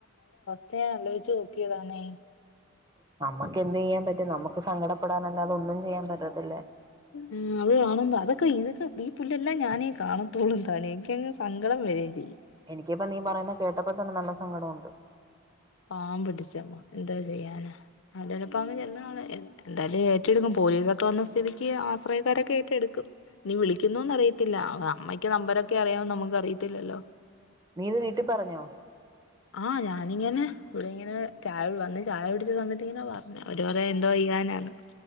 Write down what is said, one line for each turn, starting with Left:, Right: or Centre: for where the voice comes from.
Left: <unintelligible> ആലോയ്ച്ചു നോക്കിയതാണേ
Right: ഇപ്പൊ അമ്മക്ക് എന്ത് ചെയ്യാൻ പറ്റും നമുക്ക് സങ്കടപ്പെടാനല്ലാത ഒന്നും ചെയ്യാൻ പറ്റത്തില്ല
Left: ഉം അത് കാണുമ്പോ അതൊക്കെ ഇതൊക്കെ ഈ പുല്ലെല്ലാം ഞാനേ കാണത്തോള് താനേ എനിക്കങ്ങ് സങ്കടം വെരേം ചെയ്യും
Right: എനിക്കിപ്പ നീ പറയുന്ന കേട്ടപ്പോ തന്നെ നല്ല സങ്കടം ഒണ്ട്
Left: പാവം പിടിച്ച അമ്മ എന്തൊ ചെയ്യാനാ അവ്ടെ ഇനിപ്പങ്ങ് ചെന്ന് കാണും എ എന്തായാലും ഏറ്റെടുക്കും പോലീസൊക്കെ വന്ന സ്ഥിതിക്ക് ആശ്രയക്കാരൊക്കെ ഏറ്റെടുക്കും ഇഞ്ഞി വിളിക്കുന്നോന്ന് അറിയ ത്തില്ല അ അമ്മയ്ക്ക് നമ്പരൊക്കെ അറിയാന്ന് നമ്മക്ക് അറിയത്തില്ലല്ലോ
Right: നീയിത് വീട്ടി പറഞ്ഞോ
Left: ആഹ് ഞാനിങ്ങനെ ഇവിടെ ഇങ്ങനെ ചായ വന്ന് ചായ കുടിച്ച സമയത്ത് ഇങ്ങനാ പറഞ്ഞേ അവര് പറയാ എന്തോ ചെയ്യാനാന്ന്